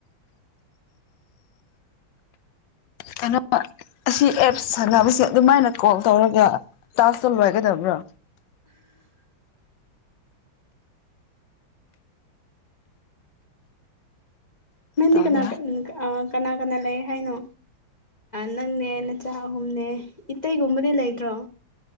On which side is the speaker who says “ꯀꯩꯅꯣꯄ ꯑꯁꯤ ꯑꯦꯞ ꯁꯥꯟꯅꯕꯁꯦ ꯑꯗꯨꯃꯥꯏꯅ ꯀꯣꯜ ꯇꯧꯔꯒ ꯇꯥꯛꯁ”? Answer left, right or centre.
Left